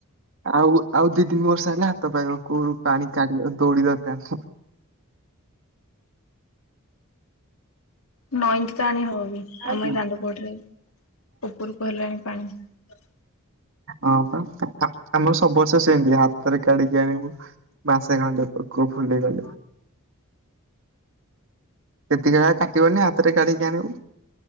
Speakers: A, on the right; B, on the left.
A: ଆଉ ଆଉ ଦି ତିନି ବର୍ଷ ହେଲା ହାତ ପାଇବ କୂଅ ରୁ ପାଣି କାଢ଼ିବା ଆଉ ଦୌଡି ଦରକାର
B: ନଅ ଇଞ୍ଚ ତ ଆଣି ହବ ବି
A: ହଁ
B: ଆମ ଏଇ ଦାଣ୍ଡ କୂଅଠାରେ ଉପରକୁ ହେଲାଣି ପାଣି। <inaudible>
A: ହଁ ତ ଆମର ସବୁ ବର୍ଷ ସେମିତି, ହାତରେ କାଢିକି ଆଣିବୁ। ମାସେ ଖଣ୍ଡେ କୂଅ ଫୁଲ ହେଇଗଲେ। ସେତିକି କାଟିବନି, ହାତରେ କାଢ଼ିକି ଆଣିବୁ,